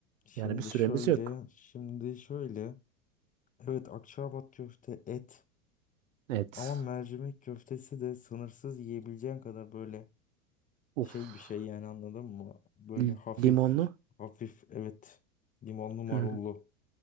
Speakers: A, on the left; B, on the right.
A: Şimdi
B: Yani bir süremiz
A: şöyle,
B: yok.
A: şimdi şöyle. Evet, Akçaabat köfte et.
B: Evet.
A: Ama mercimek köftesi de sınırsız yiyebileceğin kadar böyle
B: Uf.
A: şey bir şey yani anladın mı? Böyle
B: L-
A: hafif
B: Limonlu.
A: hafif evet limonlu marullu.
B: <laughs>